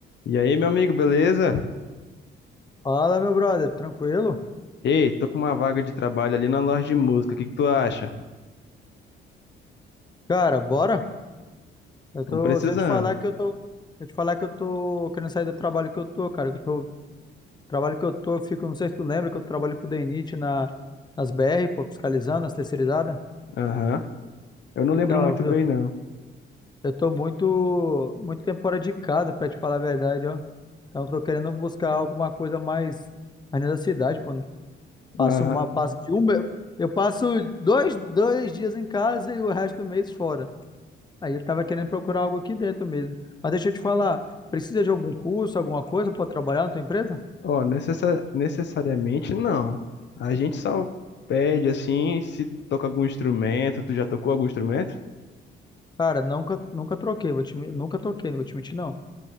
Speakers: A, on the left; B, on the left.
A: E aí, meu amigo, beleza?
B: Fala, meu brother, tranquilo?
A: Ei, tô com uma vaga de trabalho ali na loja de música. O que que tu acha?
B: Cara, bora? Eu
A: Tamo
B: tô,
A: precisando.
B: deixa eu te falar que eu tô, deixa eu te falar que eu tô querendo sair do trabalho que eu tô, cara, que eu tô, trabalho que eu tô, eu fico, não sei se tu lembra que eu trabalho pro DENIT na nas BR, pô, fiscalizando as terceirizadas.
A: Aham. Eu não lembro
B: Então,
A: muito
B: eu,
A: bem,
B: eu,
A: não.
B: eu tô muito muito tempo fora de casa, pra te falar a verdade, ó. Então, eu tô querendo buscar alguma coisa mais mais na cidade, pô. Passo
A: Aham.
B: uma, passo de um, me- eu passo dois, dois dias em casa e o resto do mês fora. Aí ele tava querendo procurar algo aqui dentro mesmo. Mas deixa eu te falar, precisa de algum curso, alguma coisa para trabalhar na tua empresa?
A: Ó, necessa- necessariamente não. A gente só pede assim se toca algum instrumento. Tu já tocou algum instrumento?
B: Cara, nunca, nunca troquei, vou te, men- nunca troquei, não vou te mentir, não.